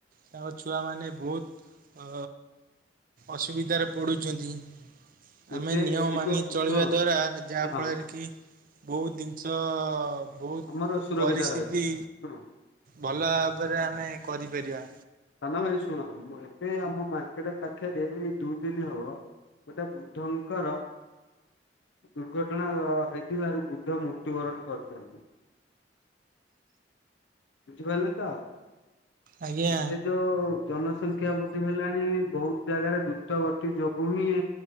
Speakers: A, on the right; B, on the left.
A: ତାଙ୍କ ଛୁଆମାନେ ବହୁତ ଅସୁବିଧାରେ ପଡ଼ୁଚନ୍ତି। ଆମେ
B: ଏବେ
A: ନିୟମ
B: ଏଇ
A: ମାନି
B: ଯୋଉ
A: ଚଳିବା
B: ଶୁଣ
A: ଦ୍ଵାରା, ଯାହାଫଳରେ
B: ହଁ
A: କି ବହୁତ ଜିନିଷ, ବହୁତ
B: ଆମର ସୁରକ୍ଷିତ
A: ପରିସ୍ଥିତି
B: ରହିବ ଶୁଣ
A: ଭଲ ଭାବରେ ଆମେ କରିପାରିବା।
B: ସାନା ଭାଇ ଶୁଣ, ଏବେ ଆମ ମାର୍କେଟ ପାଖରେ ଏଇ ଦୁଇ ଦିନ ହବ ଗୋଟେ ବୃଦ୍ଧଙ୍କର ଦୁର୍ଘଟଣା ହେଇଥିବାରୁ, ବୃଦ୍ଧ ମୃତ୍ୟୁବରଣ କରିଚନ୍ତି। ବୁଝିପାରିଲ ତ?
A: ଆଜ୍ଞା
B: ଏବେ ଯୋଉ ଜନସଂଖ୍ୟା ବୃଦ୍ଧି ହେଲାଣି, ବହୁତ ଜାଗାରେ ଦ୍ରୁତ ଗତି ଯୋଗୁ ହିଁ